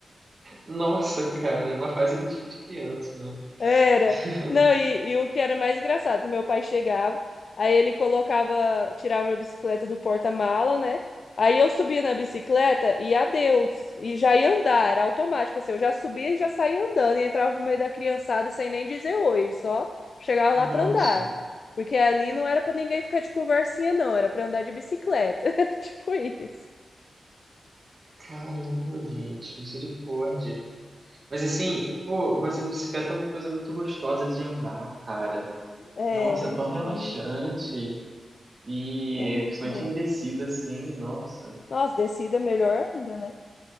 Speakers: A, on the right; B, on the left.
A: Nossa, cara, é uma fazendinha de criança, né?
B: Era.
A: <laughs>
B: Não, e, e o que era mais engraçado, meu pai chegava, aí ele colocava, tirava a bicicleta do porta-mala, né? Aí eu subia na bicicleta e adeus, e já ia andar, era automático, assim, eu já subia e já saía andando, e entrava no meio da criançada sem nem dizer oi, só chegava lá
A: Nossa,
B: pra andar. Porque ali não era pra ninguém ficar de conversinha, não, era pra andar de bicicleta. <laughs> Tipo isso.
A: caramba, gente, misericórdia. Mas assim, pô, mas a bicicleta é uma coisa muito gostosa de andar, cara.
B: É,
A: Nossa, é
B: muito
A: tão relaxante.
B: bom, mesmo.
A: E
B: é muito
A: principalmente
B: bom.
A: em descida, assim, nossa.
B: Nossa, descida é melhor ainda, né?